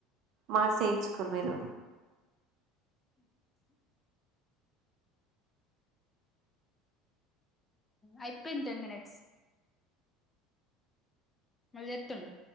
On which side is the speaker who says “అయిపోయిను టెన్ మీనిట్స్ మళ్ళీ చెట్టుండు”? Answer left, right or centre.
Left